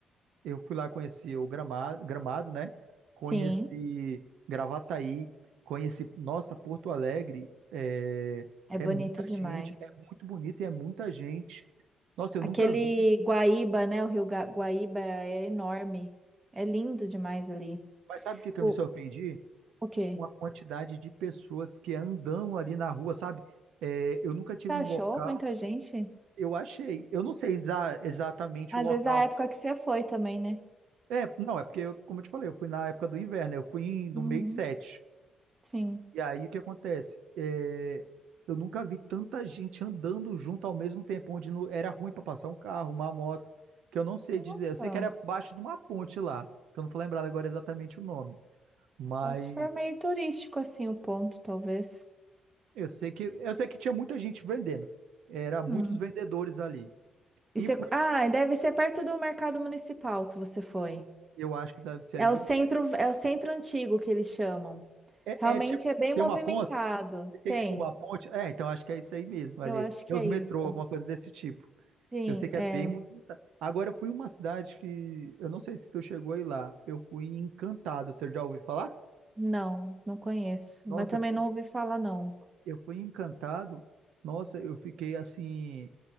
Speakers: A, on the right; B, on the right.
A: Eu fui lá conhecer o Gramado, Gramado, né? Conheci
B: Sim,
A: Gravataí, conheci, nossa, Porto Alegre. É,
B: é
A: é
B: bonito
A: muita
B: demais.
A: gente, é muito bonito e é muita gente. Nossa, eu
B: Aquele
A: nunca vi.
B: Guaíba, né? O Rio Ga- Guaíba é enorme. É lindo demais ali.
A: Mas sabe o que que
B: O,
A: eu me surpreendi?
B: o quê?
A: Uma quantidade de pessoas que andam ali na rua, sabe? É, eu nunca tive
B: Você achou
A: num local,
B: muita gente?
A: eu achei. Eu não sei exa- exatamente
B: Às
A: o local.
B: vezes a época que você foi também, né?
A: É, não, é porque, eu- como eu te falei, eu fui na época do inverno, eu fui em- no
B: Uhum,
A: mês 7.
B: sim.
A: E aí o que acontece? É, eu nunca vi tanta gente andando junto ao mesmo tempo, onde não- era ruim para passar um carro, uma moto, que eu não sei
B: Nossa,
A: dizer. Eu sei que era abaixo de uma ponte lá, que eu não tô lembrado agora exatamente o nome, mas
B: só se for meio turístico assim o ponto, talvez.
A: eu sei que eu sei que tinha muita gente vendendo. Era muitos
B: Hum.
A: vendedores ali.
B: E
A: E
B: você...
A: fui,
B: Ah,
A: no-
B: e deve ser perto do mercado municipal que você foi.
A: eu acho que deve ser
B: É
A: ali.
B: o centro, é o centro antigo que eles chamam.
A: É,
B: Realmente
A: é tipo,
B: é bem
A: tem
B: movimentado.
A: uma ponte, tem
B: Tem.
A: tipo uma ponte. É, então acho que é isso aí mesmo ali.
B: Eu acho
A: Tem
B: que
A: os
B: é
A: metrô,
B: isso.
A: alguma coisa desse tipo.
B: Sim,
A: Eu sei que
B: é.
A: é bem movimentado. Agora, eu fui em uma cidade que. Eu não sei se tu chegou aí lá. Eu fui em Encantado. Tu já ouviu falar?
B: Não, não conheço,
A: Nossa,
B: mas também
A: eu fui,
B: não ouvi falar, não.
A: eu fui em encantado. Nossa, eu fiquei assim.